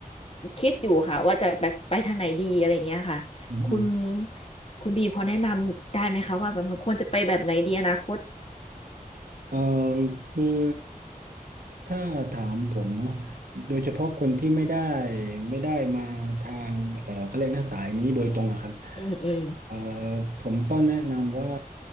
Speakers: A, on the left; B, on the right.
A: คิดอยู่ค่ะว่าจะไปไปทางไหนดีอะไรอย่างเงี้ยค่ะคุณ
B: อืม
A: คุณบีพอแนะนำได้ไหมคะว่ามันควรจะไปแบบไหนดีอนาคต
B: เออคือถ้าถามผมเนาะโดยเฉพาะคนที่ไม่ได้ไม่ได้มาทางเออเขาเรียกนะสายนี้โดยตรงอะครับ
A: อืมอืม
B: เออผมก็แนะนำว่า